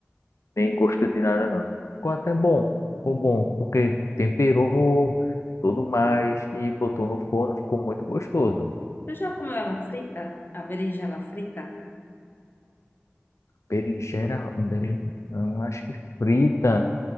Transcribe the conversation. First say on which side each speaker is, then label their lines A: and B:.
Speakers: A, on the left; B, on the left.
A: nem gosto de nada, não. Ficou até bom. Ficou bom, porque temperou tudo mais e botou no forno, ficou muito gostoso.
B: Tu já comeu ela frita? A berinjela frita?
A: Berinjela, berinjela, acho que frita.